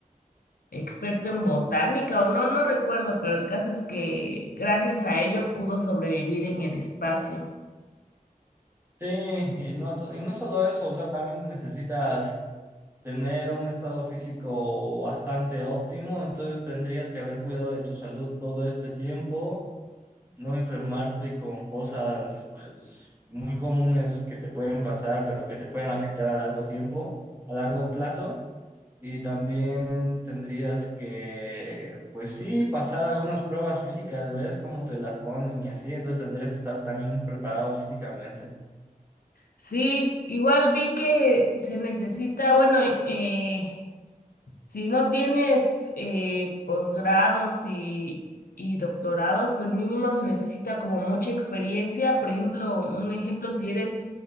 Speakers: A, on the left; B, on the right.
A: experto en botánica o no, no recuerdo, pero el caso es que gracias a ello pudo sobrevivir en el espacio.
B: Sí, y no, to- y no solo eso, o sea, también necesitas tener un estado físico bastante óptimo, entonces tendrías que haber cuidado de tu salud todo este tiempo, no enfermarte con cosas muy comunes que te pueden pasar, pero que te pueden afectar a largo tiempo, a largo plazo. Y también tendrías que, pues sí, pasar algunas pruebas físicas, ¿ves? Cómo te las ponen y así. Entonces tendrías que estar también preparado físicamente.
A: Sí, igual vi que se necesita, bueno, eh, Si no tienes eh, posgrados y, y doctorados, pues mínimo se necesita como mucha experiencia. Por ejemplo, un ejemplo, si eres,